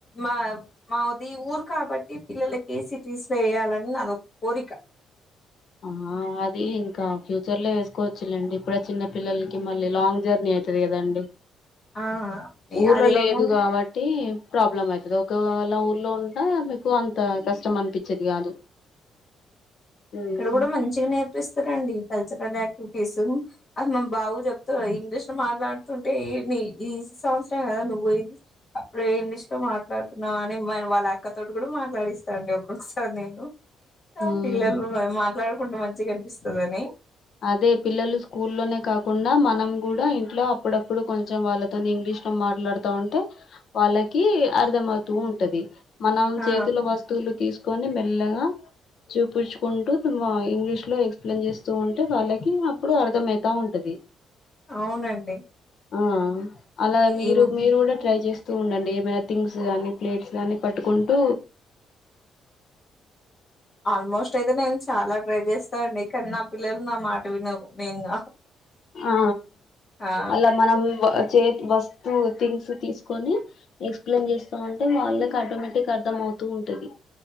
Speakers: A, on the left; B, on the left.
A: మా మాది ఊరు కాబట్టి పిల్లలకి సిటీస్ లో వేయాలని నాది ఒక కోరిక
B: ఆ అది ఇంకా ఫ్యూచర్ లో వేసుకోవచ్చులేండి ఇప్పుడే చిన్న పిల్లలకి మళ్ళ లాంగ్ జర్నీ అవుతది కదండి
A: ఆ
B: ఊర్లో
A: అది కాకుండా
B: లేదు కాబట్టి ప్రాబ్లం అవుతది ఒకవేళ ఊర్లో ఉంట మీకు అంత కష్టం అనిపించేది కాదు ఉమ్
A: ఇక్కడ కూడా మంచిగా నేర్పిస్తారండి కల్చరల్ యాక్టివిటీస్ అది మన బాబు చెప్తా ఇంగ్లీష్ లో మాట్లాడుతుంటే ఈ సంవత్సరమే కదా నువ్వు పోయింది అప్పుడే ఇంగ్లీష్ లో మాట్లాడుతున్నావు అని మ వాళ్ళ అక్కతోటి కూడా మాట్లాడిస్తాంటి ఒక్కొక్కసారి నేను
B: ఉమ్
A: పిల్లలు మాట్లాడుకుంటే మంచిగా అనిపిస్తుందని
B: అదే పిల్లలు స్కూల్లోనే కాకుండా మనం కూడా ఇంట్లో అప్పుడప్పుడు కొంచెం వాళ్ళ తోని ఇంగ్లీష్ లో మాట్లాడుతా ఉంటే వాళ్ళకి అర్థమవుతూ ఉంటది మనం
A: ఆ
B: చేతులో వ స్తువులు తీసుకొని మెల్లగా చూపించుకుంటూ ఇంగ్లీష్ లో ఎక్స్ప్లెయిన్ చేస్తూ ఉంటె వాళ్ళకి అప్పుడు అర్థమవుతా ఉంట ది
A: అవునండి
B: ఆ అలా మీరు
A: ఈ
B: మీరు కూడా ట్రై చేస్త స్తూ ఉండండి ఏమైనా థింగ్స్ గానీ ప్లేట్స్ గానీ పట్టుకుంటూ
A: ఆల్మోస్ట్ అయితే నేను చాలా ట్రై చేస్తాను అండి కానీ నా పిల్లలు నా మాట వినరు మెయిన్ గా
B: ఆ
A: ఆ
B: అలా మనం చే వస్తు థింగ్స్ తీసుకొని ఎక్స్ప్లెయిన్ చేస్తా ఉంటే వాళ్ళకి ఆటోమేటిక్గా అర్థం అవుతూ ఉంటది